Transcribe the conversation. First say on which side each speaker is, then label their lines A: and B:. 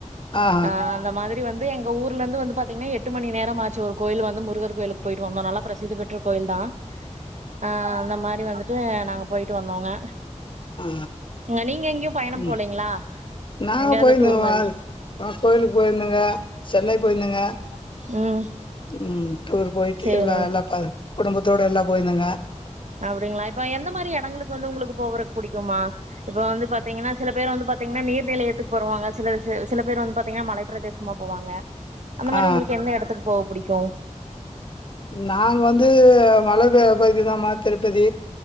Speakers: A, on the left (about 40°); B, on the right (about 65°).
A: ஆஹா
B: அ அந்த மாதிரி ப்டி வந்து எங்க ஊர்லந்து வந்து பாத்தீங்கன்னா எட் ட்டு மணி நேரமாச்சு ஒரு கோயில் வந்து முருகர் கோயிலுக்கு போயிட்டு வந்தோ நல்லா பிரசித பெற்ற கோயில் தா ஆ அந்த மாரி வந்துட்டு நாங்க போயிட்டு வந்தோங்க
A: ஆ
B: அ நீங்க எங்கேயும் பயணம்
A: ம்
B: போலீங்களா?
A: நாங்க
B: எங்கயாவது
A: போயிருந்தங்க
B: டூர்
A: வா
B: மாரி?
A: அ கோயிலுக்கு போயிருதங்க சென்னை போயிருந்தங்க
B: ம்
A: ம் டூர் போயிட்டு
B: சேரிங்க.
A: எல்லா எல்லா பா குடும்பத்தோட எல்லா போயிந்தங்க
B: அப்புடிங்களா இப்ப எந்த மாரி எடங்களுக்கு வந்து உங்களுக்கு போகுறக் புடிக்குமா இப்ப வந்து பாத்தீங்கன்னா சில பேர் வந்து பாத்தீங்கன்னா நீர்நிலையத்துக்கு போருவாங்க சில சில சில பேர் வந்து பாத்தீங்கன்னா மலைப்ப பிரதேசமா போவாங்க அந்த மாரி
A: ஆ
B: உங்களுக்கு எந்த எடத்துக்கு போக புடி டோ
A: நாங்கள் வந்து மலை ப- பகுதி தா மா திருப்பதி